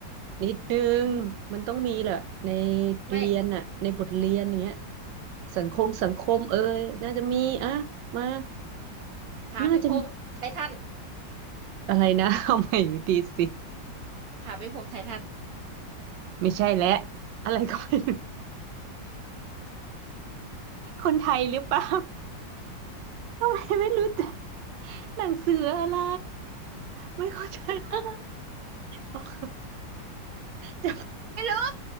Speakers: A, on the right; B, on the right.
A: นิดนึงมันต้องมีแหละใน
B: ไม่
A: เรียนอะในบทเรียนอย่างเงี้ยสังคมสังคมเอ้ยน่าจะมีอะมา
B: โอ้ยหาพิภพไททัน
A: น่าจะอะไรนะ <laughs> เอาใหม่อีกทีสิ
B: หาพิภพไททัน
A: ไม่ใช่แล้วอะไรก็ไม่รู้คนไทยหรือเปล่าทำไมไม่รู้จักหนังสืออะไรไม่เข้าใจ
B: <laughs>
A: <laughs> จะ
B: ไม่รู้